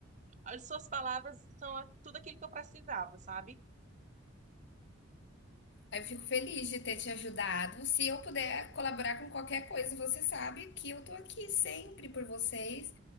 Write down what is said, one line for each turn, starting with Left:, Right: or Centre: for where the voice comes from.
Right: As suas palavras são a- tudo aquilo que eu precisava, sabe?
Left: eu fico feliz de ter te ajudado. Se eu puder colaborar com qualquer coisa, você sabe que eu tô aqui sempre por vocês.